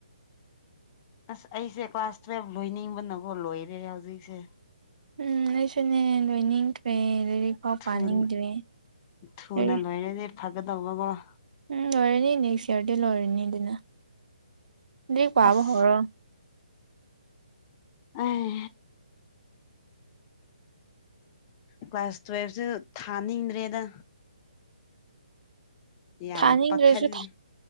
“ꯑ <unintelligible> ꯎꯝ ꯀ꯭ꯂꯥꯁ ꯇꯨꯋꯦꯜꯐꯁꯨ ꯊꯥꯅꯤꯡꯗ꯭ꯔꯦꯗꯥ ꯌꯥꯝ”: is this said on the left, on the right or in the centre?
Left